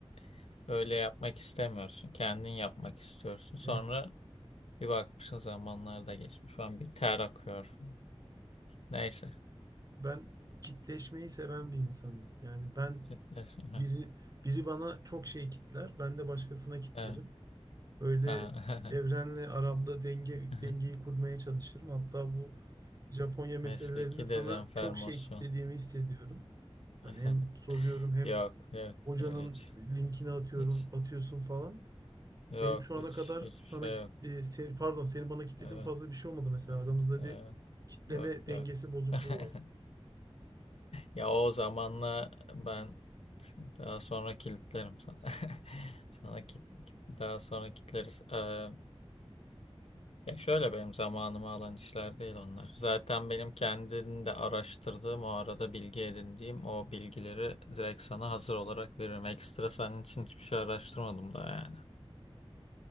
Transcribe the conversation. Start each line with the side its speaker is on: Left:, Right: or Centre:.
Left: <laughs> öyle yapmak istemiyorsun. Kendin yapmak istiyorsun. Sonra
Right: evet.
Left: bir bakmışsın zamanlar da geçmiş falan bir ter akıyor. Neyse.
Right: Ben kitleşmeyi seven bir insanım. Yani ben
Left: Kitlesin.
Right: Biri, biri bana çok şey kitler, ben de başkasına kitlerim.
Left: Evet.
Right: Böyle
Left: Aha.
Right: evrenle aramda denge,
Left: <laughs>
Right: dengeyi kurmaya çalışırım. Hatta bu Japonya meselelerinde
Left: Mesleki
Right: sana
Left: dezenformasyon.
Right: çok şey kitlediğimi hissediyorum. Hani
Left: <laughs>
Right: hem soruyorum hem
Left: Yok, yok,
Right: hocanın
Left: yok, hiç,
Right: linkini atıyorum,
Left: hiç.
Right: atıyorsun falan.
Left: Yok,
Right: Benim şu
Left: hiç,
Right: ana kadar
Left: hiçbir
Right: sana
Left: şey
Right: kit-
Left: yok.
Right: e, seni, pardon seni bana kitlediğim
Left: Evet,
Right: fazla bir şey olmadı mesela.
Left: evet,
Right: Aramızda bir kitleme
Left: yok,
Right: dengesi
Left: yok.
Right: bozukluğu
Left: <laughs>
Right: var.
Left: Ya o zamanla ben daha sonra kilitlerim sana. <laughs> Sana kit, kit- daha sonra kilitleriz. Ee, Ya şöyle benim zamanımı alan işler değil onlar. Zaten benim kendim de araştırdığım, o arada bilgi edindiğim o bilgileri direkt sana hazır olarak veririm. Ekstra senin için hiçbir şey araştırmadım da yani.